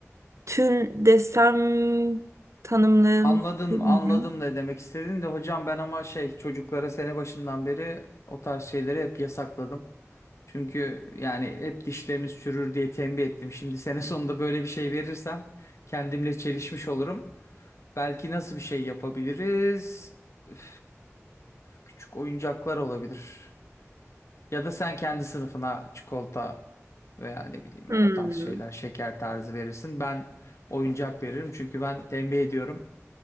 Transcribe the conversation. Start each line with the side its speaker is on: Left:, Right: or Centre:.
Right: tül desem tanımlayayım.
Left: Anladım,
Right: Bilmiyorum.
Left: anladım ne demek istediğin de hocam ben ama şey çocuklara sene başından beri o tarz şeyleri hep yasakladım. Çünkü yani hep dişleriniz çürür diye tembih ettim. Şimdi sene sonunda böyle bir şey verirsem kendimle çelişmiş olurum. Belki nasıl bir şey yapabiliriz? Üf, küçük oyuncaklar olabilir. Ya da sen kendi sınıfına çikolata veya ne bileyim
Right: Hmm.
Left: o tarz şeyler, şeker tarzı verirsin. Ben oyuncak veririm çünkü ben tembih ediyorum.